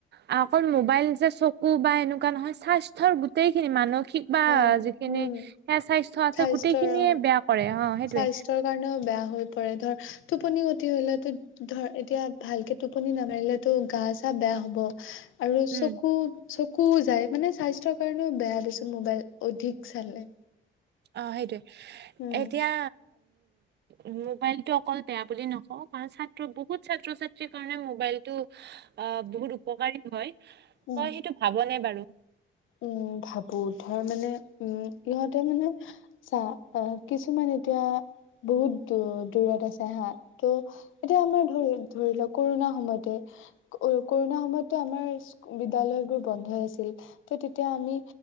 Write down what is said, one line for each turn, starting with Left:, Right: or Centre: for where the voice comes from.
Right: অঁহ অকল মোবাইল যে চকু বা এনেকুৱা নহয় স্বাস্থ্যৰ গোটেইখিনি মানুহ। খিক বা
Left: হয়
Right: যিখিনি
Left: উম
Right: সে স্বাস্থ্য আছে
Left: স্বাস্থ্যৰ
Right: গোটেই খিনিয়ে
Left: অ
Right: বেয়া কৰে। অ সেইটোৱে
Left: স্বাস্থ্যৰ কাৰণেও বেয়া হৈ পৰে ধৰ টোপনি খতি হলে তো ধৰ এতিয়া, ভালকে টোপনি নামাৰিলে টো গা-চা বেয়া হ'ব আৰু চকু।
Right: উম
Left: চকুও যায়, মানে স্বাস্থ্যৰ কাৰণেও বেয়া দেচোন মোবাইল অধিক চালে।
Right: অঁ সেইটোৱে,
Left: উম
Right: এতিয়া উ মোবাইলতটো অকল বেয়া বুলি নকওঁৱ কাৰণ ছাত্ৰ বহুত ছাত্ৰ ছাত্ৰীৰ কাৰণে মোবাইলতটো অঁ বহুত উপকাৰী হয়, তই
Left: উম
Right: সেইটো ভাবনে বাৰু?
Left: উম ভাবো ধৰ মানে উম ইহঁতে মানে চা অঁ অঁ কিছুমান তেতিয়া বহুত দু দূৰত আছে হা টো এতিয়া আমাৰ ধৰি ধৰি লওঁ কৰোণা সময়তে। কৰুণা সময়তো আমাৰ বিদ্যালয়ৰ বোৰ গন্ধ আছিল ট তেতিয়া আমি